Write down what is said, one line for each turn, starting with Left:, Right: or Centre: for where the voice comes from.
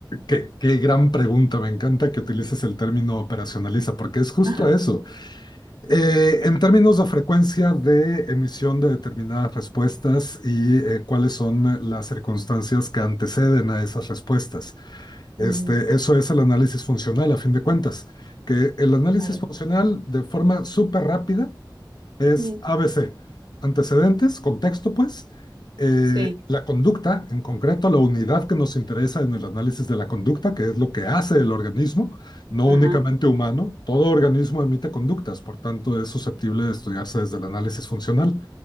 Left: Qué, qué gran pregunta, me encanta que utilices el término operacionaliza, porque es justo
Right: Ah,
Left: eso. Eh, en términos de frecuencia de emisión de determinadas respuestas y eh, cuáles son las circunstancias que anteceden a esas respuestas. Este,
Right: ujú,
Left: eso es el análisis funcional, a fin de cuentas, que el análisis
Right: claro.
Left: funcional de forma súper rápida es
Right: Mm,
Left: A B C: antecedentes, contexto, pues, eh,
Right: sí,
Left: la conducta, en concreto la unidad que nos interesa en el análisis de la conducta, que es lo que hace el organismo, no
Right: ajá,
Left: únicamente humano, todo organismo emite conductas, por tanto es susceptible de estudiarse desde el análisis funcional